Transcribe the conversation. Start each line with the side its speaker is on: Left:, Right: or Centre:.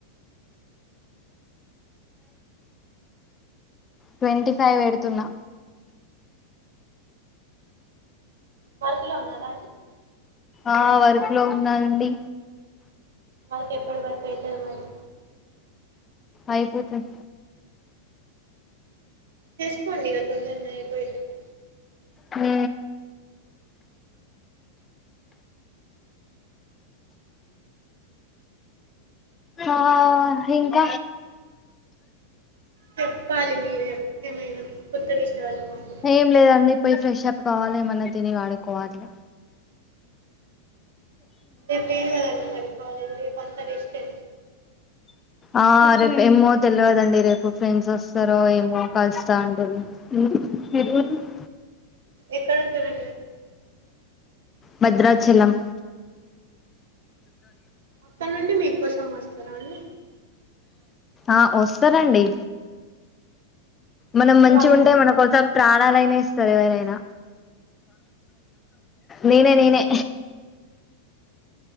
Left: ట్వంటీ ఫైవ్ పెడుతున్నా
Right: వర్కు లో ఉన్నార
Left: ఆ వర్క్ లో ఉన్నానండి
Right: వర్క్ ఎప్పడి వరకు అయితది మరి
Left: అయిపో <unintelligible>
Right: చేసుకోండిగ తొందరనే అయిపోయే <unintelligible>
Left: హు ఆ ఇంక
Right: చెప్పాలి మీరే ఏమైన కొత్త విషయాలు మాకు
Left: ఏం లేదండి పోయి ఫ్రెష్ అప్ కావాలి ఏమన్నా తిని పడుకోవాలి ఇగ
Right: రేపు లేదు కదండి మరి కాలేజీ రేపు అంత రెస్టే
Left: ఆ రేపు ఏమో తెలియదండి రేపు ఫ్రెండ్స్ వస్తారో ఏమో కలుస్తా అంటూరు ఎటు పొతు <unintelligible>
Right: ఎక్కుండుంటారు
Left: భద్రాచలం
Right: అక్కడ నుండి మీకోసం వస్తార అండి
Left: ఆ <unintelligible> సరండి మనం
Right: మంచివాళ్ళే
Left: మంచిగా ఉంటే
Right: అండి
Left: మనకోసం
Right: మీ ఫ్రెండ్స్
Left: ప్రాణాలైన ఇస్తారు ఎవరైన నేనే నేనే